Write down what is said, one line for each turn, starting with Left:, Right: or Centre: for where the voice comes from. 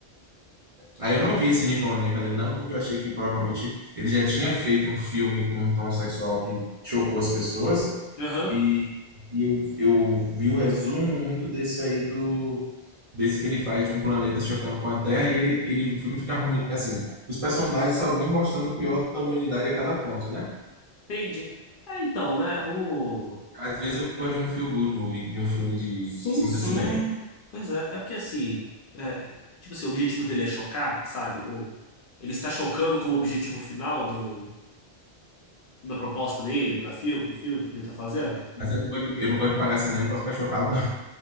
Right: Aí eu não vi esse Ninfomaníaca dele, não, porque eu achei que provavelmente ele já tinha feito um filme com um tom sexual que chocou as pessoas.
Left: Aham,
Right: E, e eu, eu vi o resumo muito desse aí do. Desse que ele faz de um planeta chocando com a Terra, e ele, ele, o filme fica ruim. Assim, os personagens só vão mostrando o pior da humanidade a cada ponto, né?
Left: entendi. É, então, né? O...
Right: Às vezes eu gosto de um feel good movie, de um filme de
Left: Sim,
Right: sinta-se
Left: sim.
Right: bem.
Left: Pois é, é porque assim, é, tipo assim, o objetivo dele é chocar, sabe? O... Ele está chocando como objetivo final do... da proposta dele para filme, pro filme, pro que ele tá fazendo.
Right: Mas eu não gosto de, eu não gosto de pagar cinema pra ficar chocado, não.